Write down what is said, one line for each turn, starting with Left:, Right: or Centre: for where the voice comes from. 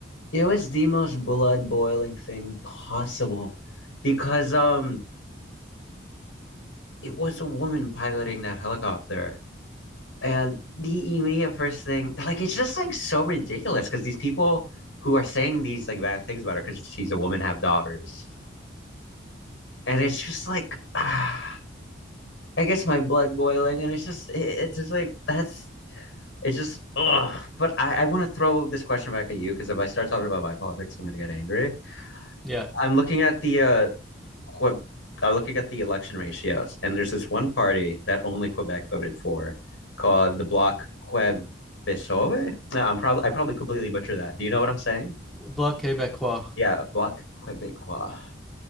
Left: It was the most blood boiling thing possible because um it was a woman piloting that helicopter. And the immediate first thing, like it's just like so ridiculous because these people who are saying these like bad things about her because she's a woman have daughters. And it's just like <sighs> ah, I guess my blood boiling, and it's just, it, it's just like that's, it's just, ugh. But I, I want to throw this question back at you because if I start talking about my politics, I'm gonna get angry.
Centre: Yeah,
Left: I'm looking at the uh, Que- I'm looking at the election ratios, and there's this one party that only Quebec voted for, called the Bloc Québécois. No, I'm probably, I probably completely butcher that. Do you know what I'm saying?
Centre: Bloc Québécois.
Left: Yeah, Bloc Québécois.